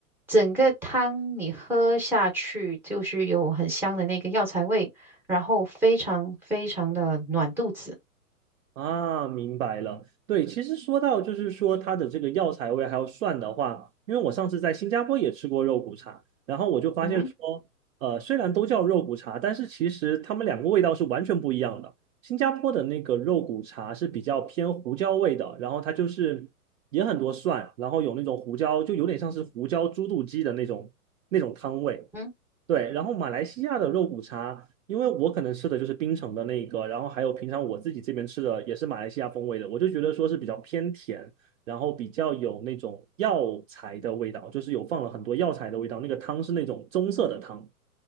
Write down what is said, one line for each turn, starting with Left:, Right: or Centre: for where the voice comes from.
Centre: 整个汤你喝下去就是有很香的那个药材味，然后非常非常的暖肚子。
Right: 啊，明白了。对，其实说到就是说它的这个药材味还有蒜的话，因为我上次在新加坡也吃过肉骨茶，然后我就发现说，
Centre: 嗯哼。
Right: 呃，虽然都叫肉骨茶，但是其实它们两个味道是完全不一样的。新加坡的那个肉骨茶是比较偏胡椒味的，然后它就是也很多蒜，然后有那种胡椒，就有点像是胡椒猪肚鸡的那种那种汤味。
Centre: 嗯。
Right: 对，然后马来西亚的肉骨茶，因为我可能吃的就是槟城的那一个，然后还有平常我自己这边吃的也是马来西亚风味的，我就觉得说是比较偏甜，然后比较有那种药材的味道，就是有放了很多药材的味道，那个汤是那种棕色的汤。